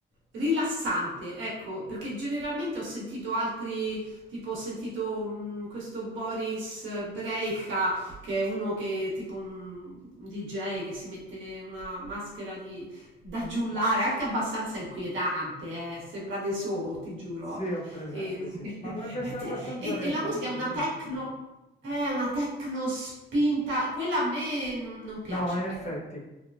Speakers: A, on the right (about 75°); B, on the left (about 35°).
A: rilassante, ecco, perché generalmente ho sentito altri, tipo ho sentito mh, questo Boris Brejcha, che è uno che è tipo un, un DJ che si mette una maschera di, da giullare, anche abbastanza inquietante, eh, sembra De So, ti giuro.
B: Sì, ho presente,
A: E,
B: sì. Ma dovrebbe
A: <laughs>
B: essere abbastanza
A: e,
B: recente,
A: e la musica è una
B: sì.
A: techno è una techno spinta, quella a me non, non piace,
B: No, in effetti,
A: ecco.